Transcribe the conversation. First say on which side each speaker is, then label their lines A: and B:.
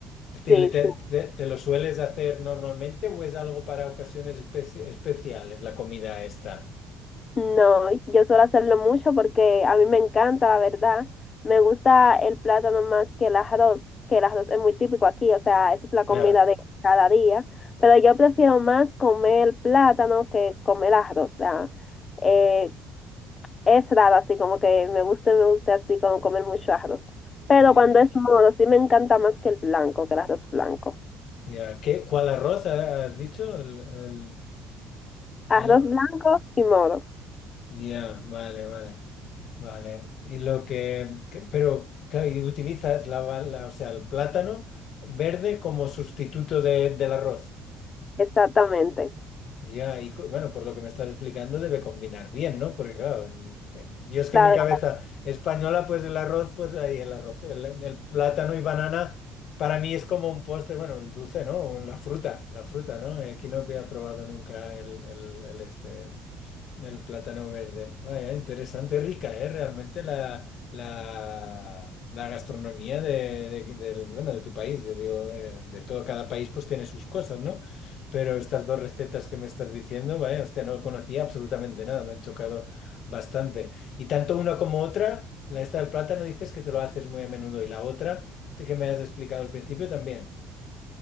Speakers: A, on the left (about 60°); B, on the left (about 40°).
A: ¿Te,
B: Sí,
A: te-
B: sí.
A: te- te lo sueles hacer normalmente o es algo para ocasiones especi- especiales, la comida esta?
B: No, yo suelo hacerlo mucho porque a mí me encanta, la verdad. Me gusta el plátano más que el arroz, que el arroz es muy típico aquí, o sea, esa es la
A: Ya,
B: comida de cada día. Pero yo prefiero más comer plátano que comer arroz. O sea, eh, es raro así, como que me gusta, me gusta así como comer mucho arroz. Pero
A: ya,
B: cuando es moro, sí me encanta más que el blanco, que el arroz blanco.
A: ya. ¿Qué, cuál arroz ha- has dicho? El, el-
B: Arroz
A: aro-
B: blanco y moro,
A: Ya, vale, vale, vale. Y lo que, que- pero, claro, y utilizas la, va- la- o sea, el plátano verde como sustituto de- del arroz.
B: exactamente.
A: Ya, y co- bueno, por lo que me estás explicando debe combinar bien, ¿no? Porque claro, en- en- yo es que
B: La,
A: en mi cabeza española, pues el arroz, pues ahí el arroz, el, el plátano y banana, para mí es como un postre, bueno, el dulce, ¿no? O La fruta, la fruta, ¿no? Eh, Aquí no había probado nunca el, el, el este, el, el plátano verde. Vaya, interesante, rica, ¿eh? Realmente la, la, la gastronomía de, de- del- bueno, de tu país, yo digo, eh, de todo, cada país pues tiene sus cosas, ¿no? Pero estas dos recetas que me estás diciendo, vaya, hostia, no conocía absolutamente nada, me han chocado bastante. Y tanto una como otra, la esta del plátano dices que te lo haces muy a menudo y la otra que me has explicado al principio también.